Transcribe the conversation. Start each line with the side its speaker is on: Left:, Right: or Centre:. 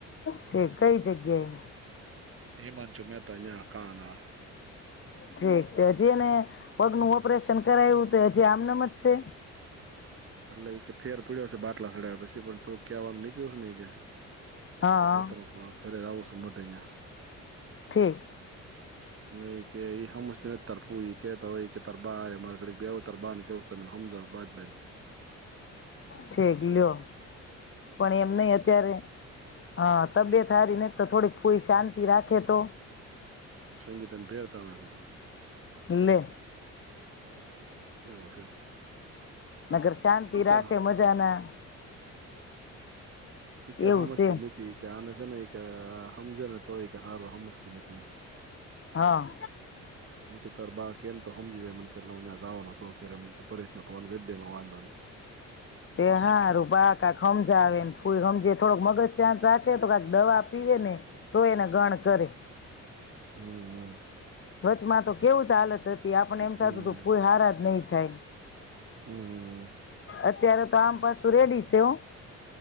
Left: ઠીક કઈ જગ્યા
Right: હિમાંશુ મહેતા ન્યા કાના
Left: ઠીક એ? તે હજી એને પગનું ઓપરેશન કરાયું તો હજી આમનમ જ છે?
Right: એટલે એ ફેર પીડ્યો છે બાટલા સડ્યા પછી પણ થોડક કહેવાનું નીકળ્યું છે ને એ કે.
Left: હા
Right: તે કતા ખરે આવ છ મ <unintelligible>
Left: ઠીક.
Right: નહી, કે હમ તર ફુંઈ કેતા હોય એ કે તર બા ઘ તરબા <unintelligible>
Left: ક લ્યો, પણ એમ નહી અત્યારે હા તબિયત હારી ન તો થોડીક ફૂઈ શાંતિ રાખે તો.
Right: સંગીતન પર તણ છે.
Left: લે.
Right: એવું છે.
Left: મગર શાંતિ
Right: ઈ કે
Left: રાખે મજા ના
Right: એક
Left: એવું
Right: સમજતી
Left: છે
Right: નથી કે આને છે ને, એક સમજે ને તોય કે હારો હમ તી નથી.
Left: હા
Right: મુ તો બા કેમ તો સમજી જાય મટ જાવાનો શો પરેશ નાે વાંધો ન.
Left: તે હારું બા કાક સમજાવેને ફૂલ સમજે થોડોક મગજ શાંત રાખે તો કક દવા પીવે ને, તો એને ગણ કરે.
Right: હમ હમ.
Left: વચમાં તો કેવું તો હાલત હતી. તે આપણને એમ
Right: હમ
Left: થતું તો કોઈ હારાજ નહીં થાય.
Right: હમ
Left: અત્યારે તો આમ પાછું રેડી છે હું,